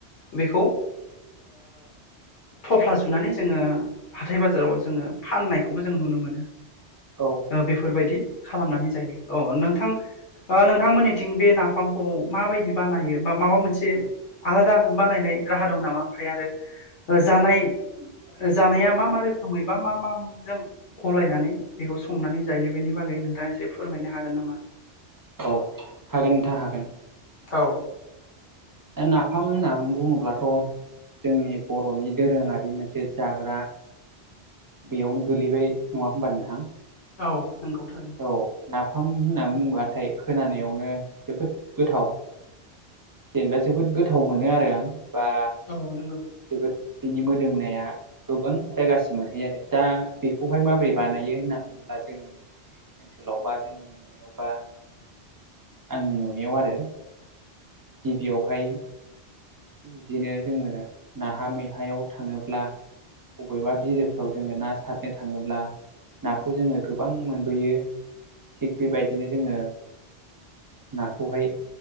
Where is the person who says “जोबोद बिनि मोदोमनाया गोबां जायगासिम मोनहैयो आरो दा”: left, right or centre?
Right